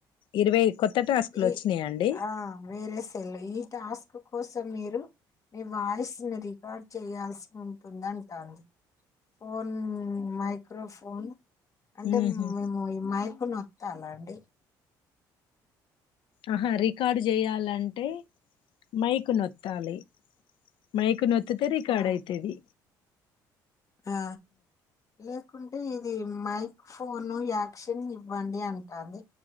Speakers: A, on the left (about 70°); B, on the left (about 40°).
A: ఇరవై కొత్త టాస్కులు
B: ఈ
A: వచ్చినాయా అండి
B: ఆ వేరే సెల్ ఈ టాస్క్ కోసం మీరు మీ వాయిస్ ని రికార్డ్ చేయాల్సి ఉంటుంది అంటారు ఫోన్ మైక్రోఫోన్ అంటే
A: ఉహు
B: మేము ఈ మా ప్పునొత్తాలండి
A: ఆహా రికార్డు చేయాలంటే మైకు నొత్తాలి మైకు నొ ఒత్తితే రికార్డ
B: ఆ
A: అయితేది
B: ఆ లేకు అంటే ఇది మైక ఫోను యాక్షన్ ఇవ్వండి అంటుంది